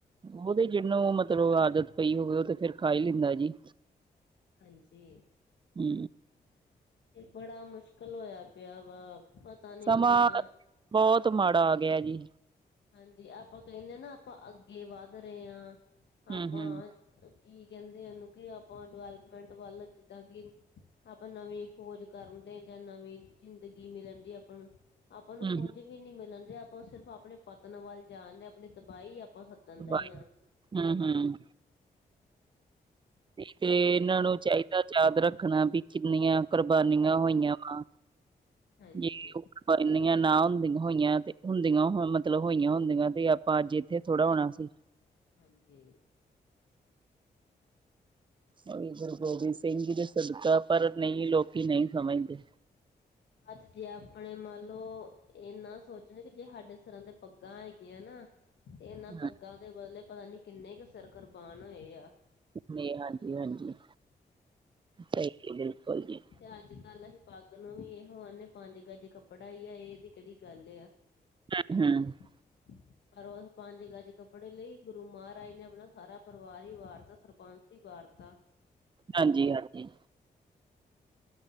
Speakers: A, on the right; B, on the left.
A: ਉਹ ਤੇ ਜਿਹਨੂੰ ਮਤਲਬ ਆਦਤ ਪਈ ਹੋਵੇ ਉਹ ਤੇ ਫੇਰ ਖਾ ਈ ਲੈਂਦਾ ਜੀ।
B: ਹਾਂਜੀ।
A: ਹੂੰ
B: ਕੇ ਬੜਾ ਮੁਸ਼ਕਿਲ ਹੋਇਆ ਪਿਆ ਵਾ। ਪਤਾ ਨੀ
A: ਸਮਾਂ
B: ਦੁਨੀਆਂ
A: ਬੋਤ ਮਾੜਾ ਆ ਗੇਆ ਜੀ।
B: ਹਾਂਜੀ ਆਪਾਂ ਕੇਂਦੇ ਨਾ ਆਪਾਂ ਅੱਗੇ ਵੱਧ ਰਏ ਆ
A: ਹਮ
B: ਆਪਾਂ
A: ਹਮ
B: ਕੀ ਕੇਂਦੇ ਓੰਨੂ ਕੀ ਆਪਾਂ ਡਿਵੈਲਪਮੈਂਟ ਵੱਲ ਜਿੱਦਾਂ ਕਿ ਆਪਾਂ ਨਵੀਂ ਖੋਜ ਕਰਨ ਦੇ ਜਾਂ ਨਵੀਂ ਜ਼ਿੰਦਗੀ ਮਿਲਣ ਦੀ ਆਪਾਂ ਨੂੰ ਆਪਾਂ ਨੂੰ
A: ਹਮ
B: ਕੁੱਝ ਵੀ ਨੀ ਮਿਲਣ ਦੇਆ ਆਪਾਂ ਸਿਰਫ ਆਪਣੇ ਪਤਨ ਵੱਲ ਜਾਣਦੇ ਆਪਣੀ ਤਬਾਈ ਆਪਾਂ
A: ਤਬਾਈ
B: ਡਏ ਆ
A: ਹੂੰ ਹੂੰ ਤੇ ਏਨਾਂ ਨੂੰ ਚਾਈਦਾ ਯਾਦ ਰੱਖਣਾ ਵੀ ਕਿੰਨੀਆਂ ਕੁਰਬਾਨੀਆਂ ਹੋਈਆਂ ਵਾ।
B: ਹਾਂਜੀ
A: ਬਿਲਕੁਲ। ਕੁਰਬਾਨੀਆ ਨਾ ਹੁੰਦੀਆਂ ਹੋਈਆਂ ਤੇ ਹੁੰਦੀਆਂ ਮਤਲਬ ਹੋਈਆਂ ਹੁੰਦੀਆਂ ਤੇ ਆਪਾਂ ਅੱਜ ਥੋੜਾ ਹੋਣਾ ਸੀ।
B: ਹਾਂਜੀ।
A: ਉਹ ਵੀ ਗੁਰੂ ਗੋਬਿੰਦ ਸਿੰਘ ਜੀ ਦੇ ਸਦਕਾ ਪਰ ਨਈ ਲੋਕੀ ਨਈ ਸਮਝਦੇ।
B: ਅੱਜ ਜੇ ਆਪਣੇ ਮੰਨ ਲਓ ਏਨਾ ਸੋਚਣਾ ਕਿ ਜੇ ਸਾਡੇ ਸਿਰਾ ਦੇ ਪੱਗਾਂ ਹੈਗੀਆਂ ਨਾ ਤੇ ਏਨਾਂ
A: ਹਾਂ
B: ਪੱਗਾਂ ਦੇ ਬਦਲੇ ਪਤਾ ਨੀ ਕਿੰਨੇ ਕੁ ਸਿਰ ਕੁਰਬਾਨ ਹੋਏ ਆ।
A: ਮੇ ਹਾਂਜੀ ਹਾਂਜੀ ਸਹੀ ਬਿਲਕੁਲ ਜੀ।
B: ਤੇ ਅੱਜ ਕੱਲ ਅਸੀਂ ਪੱਗ ਨੂੰ ਵੀ ਇਹੋ ਆਨੇ ਪੰਜ ਗਜ ਕੱਪੜਾ ਈ ਆ ਏਦੀ ਕੇੜੀ ਗੱਲ ਆ। <unintelligible>
A: <unintelligible>
B: ਹ <unintelligible> ਪਰ ਉਹ ਪੰਜ ਗਜ ਕੱਪੜੇ ਲਈ ਗੁਰੂ ਮਹਾਰਾਜ ਨੇ ਆਪਣਾ ਸਾਰਾ ਪਰਿਵਾਰ ਹੀ ਵਾਰਤਾ ਸਰਬੰਸ ਚੀ ਵਾਰਤਾ।
A: ਹਾਂਜੀ -ਹਾਂਜੀ।